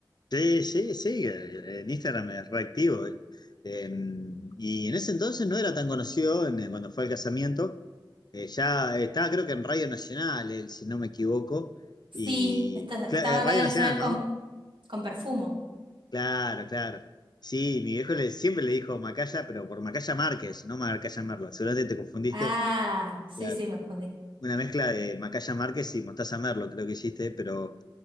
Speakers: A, on the left (about 55°); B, on the right (about 75°).
A: Sí, sí, sí, eh, en Instagram es reactivo. eh. Eh, y en ese entonces no era tan conocido en- eh, cuando fue al casamiento. eh, ya estaba creo que en Radio Nacional, él, si no me equivoco.
B: Sí,
A: Y
B: esta- estaba
A: cla- eh, Radio
B: en Radio
A: Nacional,
B: Nacional
A: ¿no?
B: con, con Perfumo.
A: Claro, claro. Sí, mi viejo le, siempre le dijo Macaya, pero por Macaya Márquez, no Macaya Merlo. Seguramente te confundiste.
B: Ah, sí,
A: Claro.
B: sí, me confundí.
A: Una mezcla de Macaya Márquez y Mostaza Merlo, creo que hiciste, pero